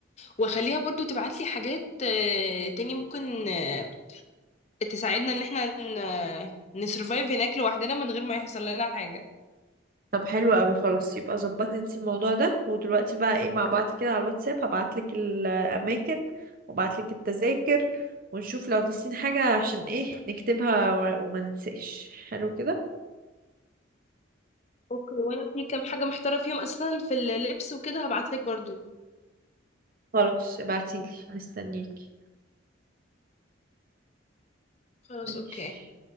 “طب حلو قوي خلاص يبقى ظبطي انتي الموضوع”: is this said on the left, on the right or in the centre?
Right